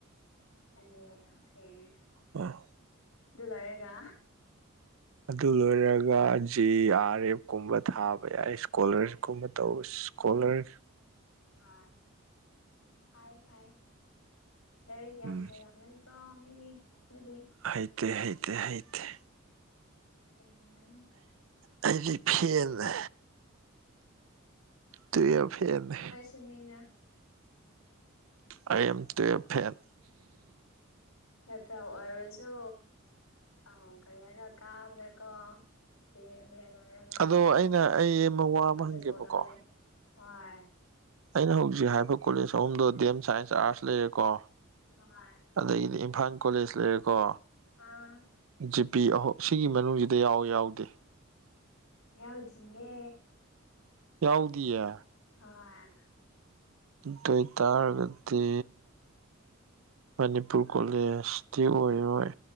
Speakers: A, on the left; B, on the right.
A: ꯑ ꯑꯣꯦ
B: ꯑ
A: ꯑꯗꯨ ꯂꯩꯥꯏꯔꯒ
B: ꯑꯗꯨ ꯂꯣꯏꯔꯒ ꯖꯦ ꯑꯥꯔ ꯑꯦꯐ ꯀꯨꯝꯕ ꯊꯥꯕ ꯌꯥꯏ ꯏꯁꯀꯣꯂꯔꯁꯤꯞꯀꯨꯝꯕ ꯇꯧꯕ ꯀꯣꯂꯔ
A: ꯑꯥ ꯐꯥꯏ ꯐꯚꯥꯏ ꯗꯔꯦ ꯌꯥꯝ
B: ꯎꯝ
A: ꯍꯥꯏꯩꯔꯝꯒꯅꯤ ꯀꯥ ꯃꯤꯗꯤ ꯂꯩꯗꯤ
B: ꯍꯩꯇ ꯍꯩꯇ ꯍꯩꯇ
A: ꯑꯩꯪ
B: ꯍꯥꯏꯗꯤ ꯐꯅ ꯇꯨ ꯌꯥꯝ ꯐꯅꯤ
A: ꯁꯨꯃꯅꯥ
B: ꯑꯥꯏ ꯑꯦꯝ ꯇꯨ ꯑꯦꯞ ꯐꯦꯟ
A: ꯀꯦꯐꯥꯎꯔꯁꯨ ꯑꯩ ꯀꯩꯍꯥꯏꯅ ꯀꯥꯅꯕ ꯀꯪ ꯃꯦ ꯃꯂꯣꯏꯔꯒ ꯞꯂꯥꯟ
B: ꯑꯗꯣ
A: ꯑꯃꯥ
B: ꯑꯩꯅ ꯑꯩ ꯑꯃ ꯋꯥ ꯑꯃ
A: ꯁꯠꯁꯠ
B: ꯍꯪꯒꯦꯕꯀꯣ
A: ꯂꯣꯏꯁꯟꯗꯧꯕꯅꯦ ꯍꯣꯏ
B: ꯑꯩꯅ ꯍꯧꯖꯤꯛ ꯍꯥꯏꯕ ꯀꯣꯂꯦꯖ ꯑꯍꯨꯝꯗꯣ ꯗꯤ ꯑꯦꯝ ꯁꯥꯏꯟꯁ ꯑꯥꯔꯠꯁ ꯂꯩꯔꯦꯀꯣ
A: ꯑ-ꯍꯣꯏ
B: ꯑꯗꯒꯤꯗꯤ ꯏꯝꯐꯥꯜ ꯀꯣꯂꯦꯖ ꯂꯩꯔꯦꯀꯣ
A: ꯍꯥ
B: ꯖꯤꯄꯤ ꯑꯍꯧꯝ ꯁꯤꯒꯤ ꯃꯅꯨꯡꯁꯤꯗ ꯌꯥꯎꯏ ꯌꯥꯎꯗꯦ
A: ꯌꯥꯎꯖꯤꯅꯦ
B: ꯌꯥꯎꯗꯤꯌꯦ
A: ꯍꯋꯥꯏ
B: ꯀꯩꯀꯥꯔꯒꯗꯤ ꯃꯅꯤꯄꯨꯔ ꯀꯣꯂꯦꯖꯇꯤ ꯑꯣꯏꯔꯣꯏ